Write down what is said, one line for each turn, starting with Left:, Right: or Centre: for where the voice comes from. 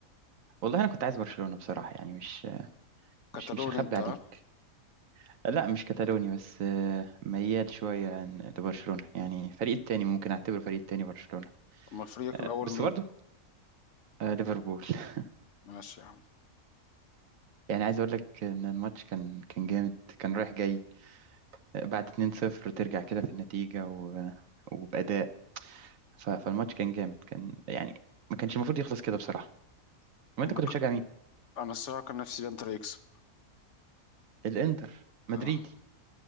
Right: والله انا كنت عايز برشلونه بصراحه يعني مش
Left: كتالوني
Right: مش مش هخبي
Left: انت
Right: عليك
Left: ها؟
Right: لا مش كتالوني بس آه، ميال شويه عن- لبرشلونه يعني فريق التاني ممكن اعتبره فريق التاني برشلونه
Left: اما فريقك
Right: آه،
Left: الاول
Right: بس
Left: مين
Right: برضه آه، ليفربول <laughs>
Left: ماشي يا عم
Right: يعني عايز اقول لك ان الماتش كان كان جامد كان رايح جاي آه، بعد 2-0 ترجع كده في النتيجه و- آه، وباداء ف- فالماتش كان جامد كان يعني ما كانش المفروض يخلص كده بصراحه ما انت
Left: امك
Right: كنت بتشجع مين
Left: انا الصراحه كان نفسي الانتر يكسب
Right: الانتر مدريدي
Left: اه